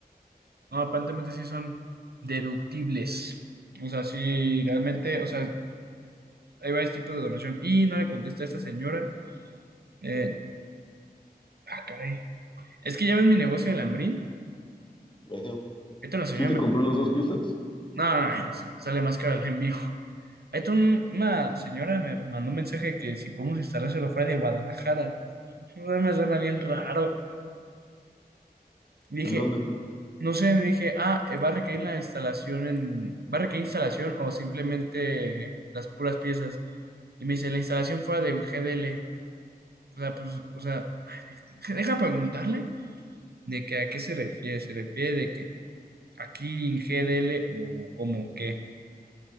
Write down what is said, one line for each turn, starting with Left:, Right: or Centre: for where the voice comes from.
Right: No, aparentemente sí son deductibles. O sea, sí, realmente, o sea, hay varios tipos de donación. Y no le contesté a esta señora. Eh, ah, caray. Es que ya ves mi negocio de Lambrín.
Left: Ajá.
Right: Esta la señora
Left: Sí te
Right: me...
Left: compré las dos piezas.
Right: No, no, no, sa- sale más caro el envío. <laughs> Ahí está un- una señora me mandó un mensaje que si podemos instalárselo fuera de Guadalajara. <laughs> No me suena bien raro. Dije,
Left: ¿Y dónde?
Right: No sé, dije, ah, eh, ¿va a requerir la instalación en, va a requerir instalación o simplemente las puras piezas? Y me dice, la instalación fuera de GDL. O sea, pues, o sea, deja deja preguntarle de que a qué se refiere, se refiere de que aquí en GDL o como que,